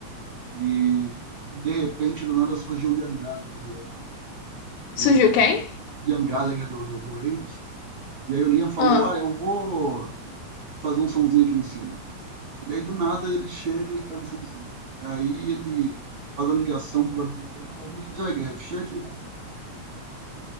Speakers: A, on the right; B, on the left.
A: E de repente, do nada surgiu o Ian Gallagher do Oasis,
B: Surgiu
A: e ele falou,
B: quem?
A: o Ian Gallagher do, do, do Oasis, e aí o Liam falou:
B: Ah.
A: ah, eu vou fazer um sonzinho aqui em cima. E aí do nada ele chega e faz um sonzinho. E aí ele faz a ligação pro amigo dele, o Mick Jagger, chega aqui, vamos.